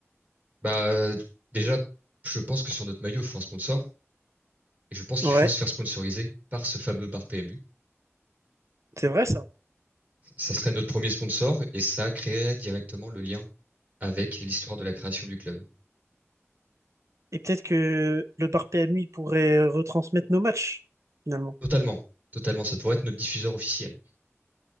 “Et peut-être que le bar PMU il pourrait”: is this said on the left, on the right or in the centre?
Right